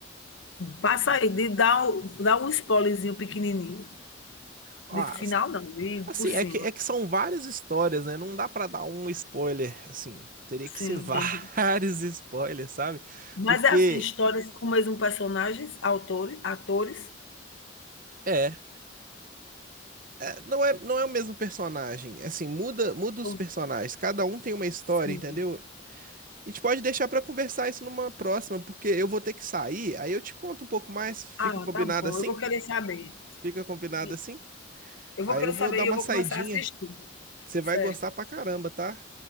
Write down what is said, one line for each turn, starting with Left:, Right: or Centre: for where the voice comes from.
Left: Passa aí, de, dá, dá um spoilerzinho pequenininho.
Right: Ó,
Left: De
Right: as-
Left: final não, de
Right: assim,
Left: por cima.
Right: é que, é que são várias histórias, né? Não dá pra dar um spoiler, assim. Teria
Left: Sim,
Right: que ser <laughs>
Left: entendi.
Right: vários spoilers, sabe?
Left: Mas
Right: Porque
Left: é assim, histórias com o mesmo personagens, autores, atores.
Right: é, é, não é, não é o mesmo personagem. Assim, muda, muda os
Left: São,
Right: personagens. Cada um tem uma história,
Left: sim,
Right: entendeu? A gente pode deixar pra conversar isso numa próxima, porque eu vou ter que sair, aí eu te conto um pouco mais. Fica
Left: Ah,
Right: combinado
Left: tá bom,
Right: assim?
Left: eu vou querer saber.
Right: Fica combinado
Left: E
Right: assim?
Left: eu
Right: Aí
Left: vou querer
Right: eu vou
Left: saber
Right: dar
Left: e
Right: uma
Left: eu vou
Right: saidinha.
Left: começar a assistir.
Right: Você
Left: Certo.
Right: vai gostar pra caramba, tá?